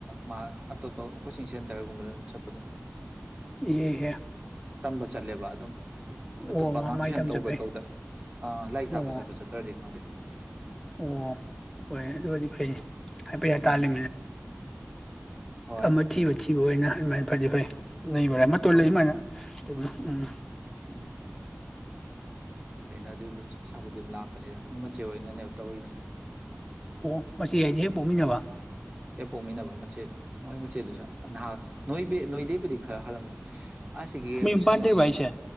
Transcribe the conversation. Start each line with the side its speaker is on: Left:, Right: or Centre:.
Right: ꯃꯥ ꯑꯇꯣꯞꯄ ꯀꯣꯆꯤꯡ ꯁꯦꯟꯇꯔꯒꯨꯝꯕꯗ ꯑꯗꯨꯝ ꯆꯠꯄꯗꯣ
Centre: ꯏꯍꯍ
Right: ꯇꯝꯕ ꯆꯠꯂꯦꯕ ꯑꯗꯨꯝ ꯑꯇꯣꯞꯄ
Centre: ꯑꯣ
Right: ꯑꯉꯥꯡ
Centre: ꯃꯥꯏ
Right: ꯁꯨꯏꯁꯟ
Centre: ꯇꯝ
Right: ꯇꯧꯕ
Centre: ꯆꯠꯄꯩ
Right: ꯇꯧꯗ ꯑ ꯂꯥꯏꯔꯤꯛ
Centre: ꯑꯣ
Right: ꯇꯥꯛꯄ ꯆꯠꯄ ꯆꯠꯇ꯭ꯔꯗꯤ ꯈꯪꯗꯦ
Centre: ꯑꯣ ꯍꯣꯏ ꯑꯗꯨ ꯑꯣꯏꯗꯤ ꯐꯩ ꯍꯥꯏꯐ
Right: ꯎꯝ
Centre: ꯇꯥꯂ
Right: ꯍꯣꯏ
Centre: ꯃꯊꯤꯕ ꯃ ꯊꯤꯕ ꯑꯣꯏꯅꯃ ꯐꯗꯤ ꯐꯩ ꯂꯩꯕ꯭ꯔꯥ ꯃꯇꯣ
Right: ꯍꯣꯏ
Centre: ꯂꯩ ꯁꯃꯥꯏꯅ ꯇ ꯎꯝ
Right: ꯎꯝ ꯑꯗꯨ ꯄꯩꯁꯥꯕꯨꯗꯤ ꯑꯗꯨꯝ ꯂꯥꯛꯄꯅꯤꯗ ꯃꯣꯏ ꯃꯆꯦ ꯑꯣꯏꯅꯅꯦꯕ ꯇꯧꯔꯤꯗꯣ
Centre: ꯑꯣ ꯃꯁꯤ ꯑꯩꯁꯦ ꯍꯦꯛ ꯄꯣꯛꯃꯤꯟꯅꯕ
Right: ꯀ ꯄꯣꯛꯃꯤꯟꯅꯕ ꯃꯆꯦꯗ ꯃꯣꯏ ꯃꯆꯦꯠꯗꯨꯁꯨ ꯅꯍꯥꯛ ꯅꯣꯏ ꯅꯣꯏ ꯗꯤꯕꯨꯔꯤꯈꯔ ꯍꯜꯂꯝ ꯑꯁꯤꯒꯤ
Centre: ꯃꯌꯨꯝ ꯄꯥꯟꯗ꯭ꯔꯤꯕ
Right: ꯀꯩꯅꯣꯗꯣ
Centre: ꯍꯥꯏꯁꯦ